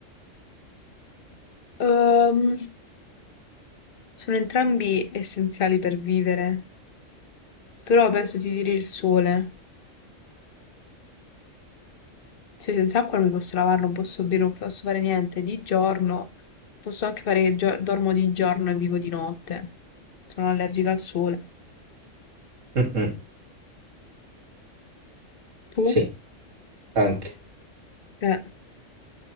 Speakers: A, on the left; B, on the right.
A: Ehm, sono entrambi essenziali per vivere, però penso ti direi il sole. Cioè, senza acqua non mi posso lavare, non posso bere, non posso fare niente. Di giorno, posso anche fare che gio- dormo di giorno e vivo di notte. Sono allergica al sole.
B: Mm-mm.
A: Tu?
B: Sì, anche.
A: Eh.